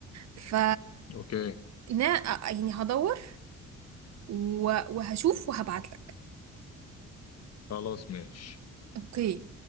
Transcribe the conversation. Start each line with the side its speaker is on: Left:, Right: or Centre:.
Right: ف
Left: اوكي
Right: نا يعني هدور و- وهشوف وهبعت لك
Left: خلاص ماشي
Right: اوكي